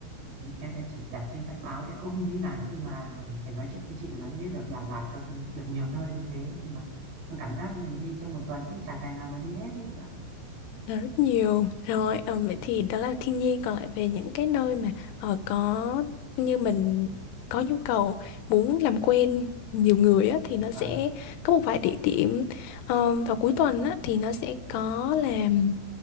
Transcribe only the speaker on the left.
nó rất nhiều rồi ờ, vậy thì đó là thiên nhiên còn lại về những cái nơi mà ờ, có như mình có nhu cầu muốn làm quen nhiều người á, thì nó
sẽ có một vài địa điểm Ờ, vào cuối tuần á, thì nó sẽ có làm